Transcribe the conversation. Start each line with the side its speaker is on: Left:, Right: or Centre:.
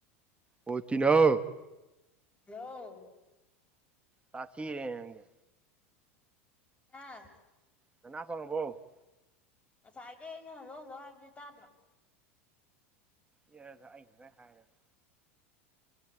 Right: ꯑꯣ ꯇꯤꯅꯥꯎ
Left: ꯍꯜꯂꯣ
Right: ꯁꯥꯊꯤꯍꯦ ꯅꯪꯗꯤ
Left: ꯑꯥ
Right: ꯅꯅꯥ ꯄꯪꯉꯕꯣ
Left: ꯉꯁꯥꯏꯒꯤ ꯑꯩꯅ ꯍꯜꯂꯣ ꯍꯜꯂꯣ ꯍꯥꯏꯕꯗꯨꯗꯤ ꯇꯥꯗ꯭ꯔꯣ
Right: ꯑꯦꯔꯗ ꯑꯩꯅ ꯂ ꯍꯥꯏꯔꯒ